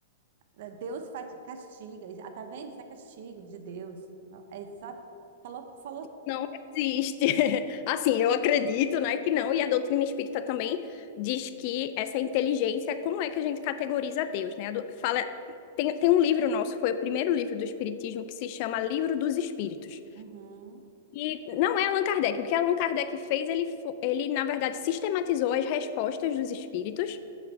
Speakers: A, on the right; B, on the left.
A: eh, Deus faz, castiga. E, Ah, tá vendo? Isso é castigo de Deus. Não, É só falou, falou,
B: Não existe. <laughs> Assim, eu acredito, né, que não, e a doutrina espírita também diz que essa inteligência, como é que a gente categoriza Deus, né? A do- Fala, tem, tem um livro nosso, foi o primeiro livro do Espiritismo, que se chama Livro dos Espíritos.
A: uhum,
B: E não é Allan Kardec. O que Allan Kardec fez, ele, fo- ele, na verdade, sistematizou as respostas dos espíritos